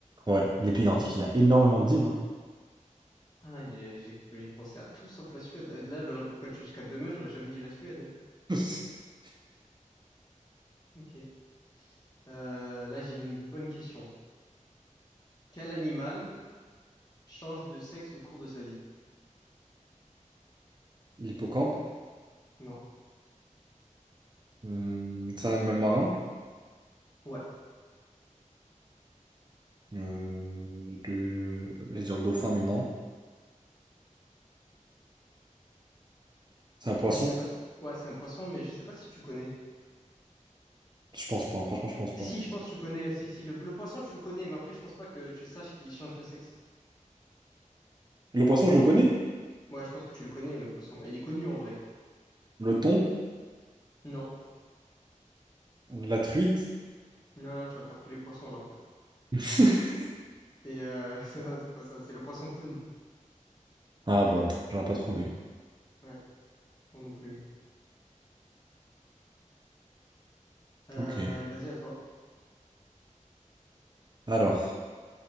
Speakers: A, on the right (about 35°); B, on the left (about 30°).
A: Ouais. les pays nordiques, il y a énormément d'îles. hein.
B: Ah non, j'ai j'ai- j'ai pensé à tout sauf la Suède. Et Là, on peut continuer jusqu'à demain, j'aurais jamais dit la Suède.
A: <laughs>
B: Ok. Euh, là, j'ai une bonne question. Quel animal change de sexe au cours de sa vie?
A: L'hippocampe,
B: Non.
A: hum, c'est un animal marin.
B: Ouais.
A: Euh, de... J'allais dire dauphin, mais non. C'est un poisson?
B: Je sais pas. Ouais, c'est un poisson, mais je sais pas si tu connais.
A: Je pense pas, franchement, je pense
B: Si,
A: pas.
B: si, je pense que tu connais. Si, si, le, le poisson, tu le connais, mais après, je pense pas que tu saches qu'il change de sexe.
A: Le poisson, je le connais.
B: Ouais, je pense que tu le connais, le poisson. Mais Il est connu en vrai.
A: Le thon,
B: Non.
A: la truite.
B: Non, non, tu vas faire tous les poissons là, en fait.
A: <laughs>
B: Et euh, <laughs> c'est non, c'est pas ça. C'est le poisson clown.
A: Ah bah, pff, j'aurais pas trouvé.
B: Ouais, moi non plus. Euh,
A: Ok.
B: vas-y, à toi.
A: Alors,